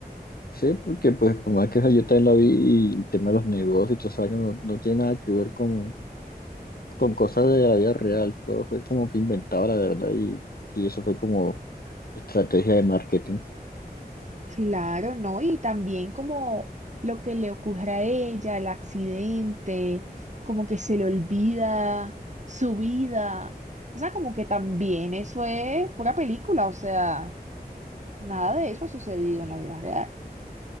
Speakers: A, on the left; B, on the right.
A: Sí, porque pues por más que esa yo también la vi y el tema de los negocios y todo eso, no, no tiene nada que ver con, con cosas de la vida real, todo fue como que inventado la verdad y sí, eso fue como estrategia de marketing,
B: Claro, ¿no? Y también como lo que le ocurre a ella, el accidente, como que se le olvida su vida. O sea, como que también eso es pura película, o sea, nada de eso ha sucedido en la vida real.